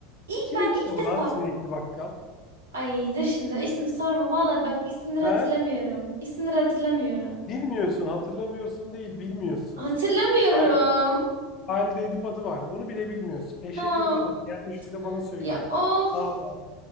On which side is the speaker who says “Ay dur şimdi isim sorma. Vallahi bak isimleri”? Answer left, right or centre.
Right